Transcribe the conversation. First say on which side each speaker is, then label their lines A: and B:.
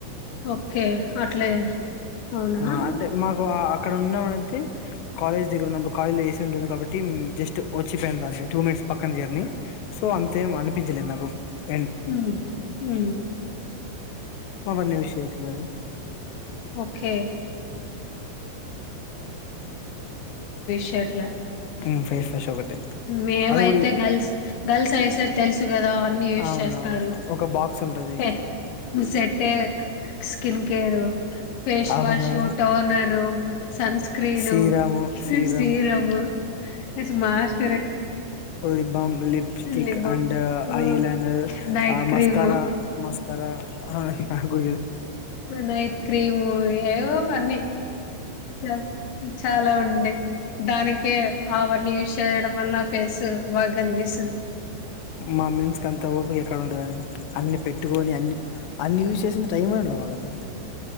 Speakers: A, on the left; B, on the left.
A: ఓకే అట్లే అవునా
B: ఆ అంటే మాకు ఆ అక్కడ ఉన్నాం అని వతే కాలేజ్ దగ్గర ఉన్నప్పుడు కాలేజ్లో ఏ సి ఉంటుంది కాబట్టి. ఉమ్ జస్ట్ వచ్చిపోయిందంతే. టూ మినిట్స్ పక్కన జర్నీ. సో అంతేం అనిపియలేదు నాక్. అ
A: హు మహ్
B: అవన్నీ యూస్ చేయట్లేదు.
A: ఓకే షర్ట్లా
B: హ్మ్ ఫేస్ వాష్ ఒకటే
A: మేము
B: అది
A: అయితే
B: కూడా
A: గర్ల్స్ గర్ల్స్ హైస్ సార్ తెలుసు కదా అన్ని యూస్
B: అవునవును
A: చేస్తారు
B: ఒక బాక్స్ ఉంటది
A: పే సెట్టే స్కిన్ కేరు ఫేస్
B: అవును
A: వాషు వా toner. Sunscreen
B: serum serum
A: serum కొంచెం మాయిశ్చ.
B: లిప్బామ్ లిప్స్టిక్
A: లిబం
B: అండ్
A: ఆ
B: ఐలైనర్
A: నైట్
B: ఆ
A: క్రీము
B: మస్కారా మస్కారా. ఆ హి <unintelligible>
A: నైట్ క్రీము ఏవో అన్నీ చాలా చాలా ఉండి డి దానికే అవన్నీ యూస్ చేయడం వల్ల ఫేస్ బాగ్గనిపిస్తుంది
B: మా మెన్స్ కి అంత ఓపిక ఎక్కడ ఉంటదని అన్ని పెట్టుకొని అన్ని అన్ని యూజ్ చేసిన టైమే ఉండదు మాకసలు.